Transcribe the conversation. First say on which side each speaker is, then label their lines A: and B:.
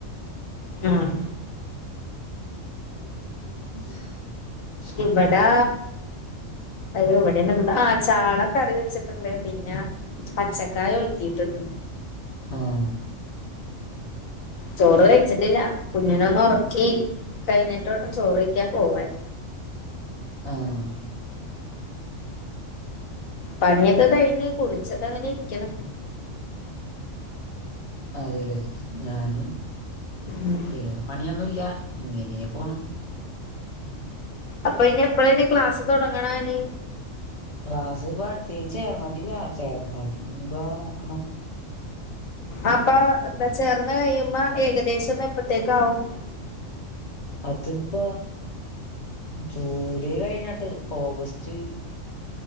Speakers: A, on the left; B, on the left.
A: ആഹ്
B: <inaudible>
A: ഇവിടാ അ എവിടെന്നണ്ട് ആ് ചാള കറി വെച്ചിട്ടുണ്ട് പിന്നെ പച്ചക്കായ ഒലുത്തിയിട്ടുണ്ട് <inaudible>
B: ആഹ
A: ചോറ് കഴിച്ചിട്ടില്ല കുഞ്ഞിനൊന്ന ഉറക്കി കഴിഞ്ഞിട്ടോട്ടം ചോറ്കയിക്കാൻ പോവാൻ
B: ആഹ
A: പണിയൊക്കെ കഴിഞ്ഞ് കുളിച്ചക്കെ അങ്ങനെ ഇരിക്കണം
B: അതെല്ലേ ഞാനും
A: ഉം
B: വേറെ പണിയൊന്നുമല്ല ഇങ്ങനെ പോണ്
A: അപ്പൊ ഇനി എപ്പഴനി ക്ലാസ് തുടങ്ങണന്
B: ക്ലാസ് ഇപ്പ അടുത്തഴഞ് ചേർന്നടില്ല ചേർന്നടമ്പ നോക്കണം
A: അപ്പൊ എന്താ ചേർന്ന് കഴിയുമ്പോ ഏകദേശംന്ന് എപ്പത്തേക്ക ആാവും
B: അതിപ്പ ജൂലൈ കഴിഞ്ഞിട്ട് ഓഗസ്റ്റ്